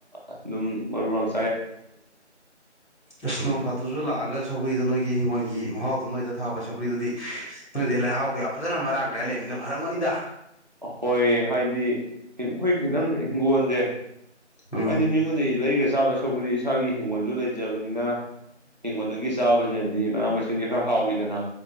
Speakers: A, on the right; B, on the left.
A: ꯑꯗꯨꯝ꯫ ꯃꯔꯨ ꯃꯔꯥꯡ ꯫
B: ꯏꯁ ꯅꯣꯡ ꯐꯗꯣꯛꯁꯨ ꯂꯥꯛꯑꯒ ꯁꯧꯒꯔ꯭ꯤꯗꯣ ꯅꯣꯏꯒꯤ꯫ ꯍꯤꯡꯒꯣꯜꯒꯤ ꯃꯍꯥꯎꯗꯨꯣ ꯅꯣꯏꯗ ꯊꯥꯕ ꯁꯄ꯭ꯔꯤꯗꯨꯗꯤ ꯅꯣꯏꯗꯤ ꯂꯩꯍꯥꯎ ꯀꯌꯥ ꯐꯖꯅ ꯃꯔꯥꯡ ꯀꯥꯏꯅ ꯂꯩꯕꯃꯤꯅ ꯐꯔꯝꯒꯅꯤꯗ꯫
A: ꯍꯣꯏ ꯍꯥꯏꯗꯤ ꯑꯩꯈꯣꯏ ꯈꯤꯇꯪ ꯍꯤꯡꯒꯣꯣꯟꯁꯦ
B: ꯎꯝ
A: ꯍꯥꯏꯗꯤ ꯃꯤꯉꯣꯟꯗ ꯂꯩꯔꯁꯤ꯫ ꯆꯗꯥ꯫ ꯁꯛꯄꯨꯗꯤ ꯏꯁꯥꯒꯤ ꯍꯤꯡꯒꯣꯜꯁꯨ ꯂꯩꯖꯕꯅꯤꯅ ꯍꯤꯡꯈꯣꯜꯗꯒꯤ ꯆꯥꯕꯁꯤ꯫ ꯑꯗꯨꯗꯤ ꯃꯅꯥ ꯃꯁꯤꯡꯁꯦ ꯈꯔ ꯍꯥꯎꯋꯤꯗꯅ